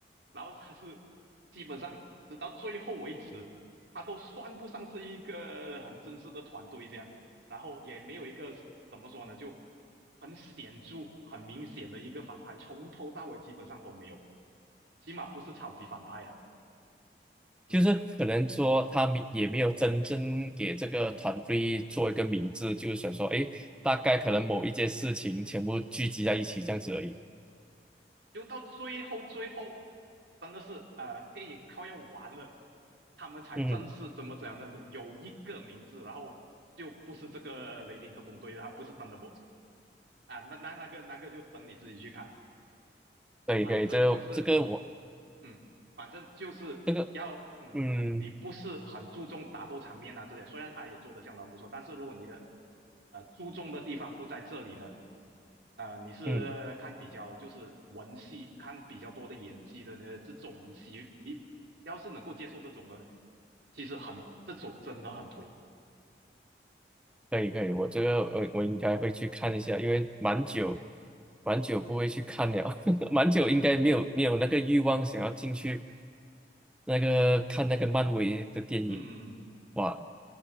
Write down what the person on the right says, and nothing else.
然后他是基本上直到最后为止，他都算不上是一个很正式的团队这样，然后也没有一个怎么说呢，就很显著、很明显的一个反派，从头到尾基本上都没有，起码不是超级反派了。嗯。
就到最后最后，真的是呃，电影快要完了，他们才正式怎么怎样呢？
有一个名字，然后就不是这个雷霆特工队了，他不是 Thunderbolt 啊，那那那个那个就等你自己去看，
反正就是
嗯，反正就是要，
嗯，
你不是很注重打斗场面啊这些，虽然他也做的相当不错，但是如果你的呃注重的地方不在这里呢，呃，你是看比较就是文戏，
看比较多的演技的呢，这种你喜你要是能够接受这种的呢，其实很这种真的很推，
嗯
嗯嗯嗯，